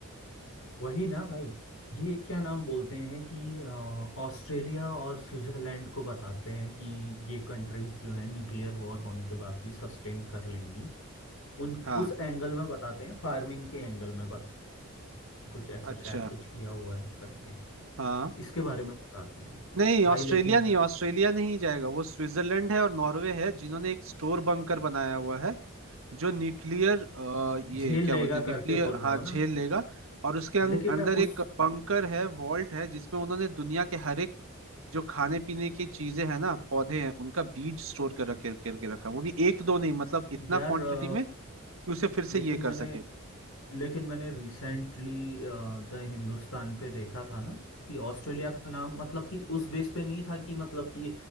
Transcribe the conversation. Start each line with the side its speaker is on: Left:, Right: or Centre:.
Left: वही ना भाई ये क्या नाम बोलते हैं कि अ, ऑस्ट्रेलिया और स्विट्जरलैंड को बताते हैं कि ये कंट्रीज जो है न्यूक्लियर वॉर होने के बाद भी सस्टेन कर लेंगी उन
Right: हाँ
Left: उस एंगल में बताते हैं फार्मिंग के एंगल में बताते हैं कुछ ऐसा
Right: अच्छा
Left: शायद कुछ किया हुआ है करके
Right: हाँ
Left: इसके बारे में बताते हैं
Right: नहीं
Left: भाई
Right: ऑस्ट्रेलिया
Left: लेकिन
Right: नहीं
Left: यार
Right: ऑस्ट्रेलिया नहीं जाएगा वो स्विट्जरलैंड है और नॉर्वे है जिन्होंने एक स्टोर बंकर बनाया हुआ है जो न्यूक्लियर ये
Left: झेल
Right: क्या
Left: लेगा
Right: बोलते हैं न्यूक्लियर
Left: करके बोल रहे
Right: हाँ
Left: हो
Right: झेल
Left: ना
Right: लेगा और उसके अं-
Left: लेकिन
Right: अंदर
Left: मैं
Right: एक
Left: उस
Right: बंकर है वॉल्ट है जिसमें उन्होंने दुनिया के हर एक जो खाने पीने की चीजें हैं ना पौधे हैं उनका बीज स्टोर कर रखे करके रखा है। वो भी एक दो नहीं मतलब इतना
Left: यार
Right: क्वांटिटी
Left: अ,
Right: में कि उसे फिर से
Left: लेकिन
Right: ये कर
Left: मैंने
Right: सके
Left: लेकिन मैंने रिसेंटली द हिंदुस्तान पे देखा था ना कि ऑस्ट्रेलिया का नाम मतलब कि उस बेस पे नहीं था कि मतलब कि